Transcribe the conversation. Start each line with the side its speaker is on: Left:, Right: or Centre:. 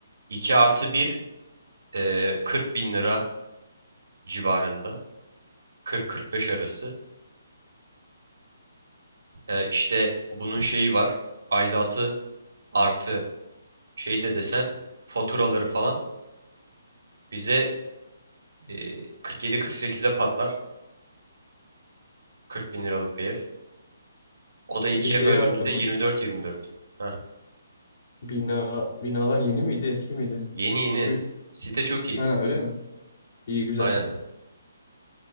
Right: 2 artı bir, e, 40 bin lira civarında. 40-45 arası. Ee, işte bunun şeyi var. Aidatı artı şey de desen faturaları falan bize e, 47-48'e patlar. 40 bin liralık bir ev. O da ikiye
Left: Peki şeye
Right: böldüğümüzde
Left: baktın mı?
Right: 24-24. Heh.
Left: Bina, binalar yeni miydi eski miydi?
Right: Yeni
Left: Çünkü
Right: yeni. Site çok iyi.
Left: ha öyle mi? İyi güzel.
Right: Aynen.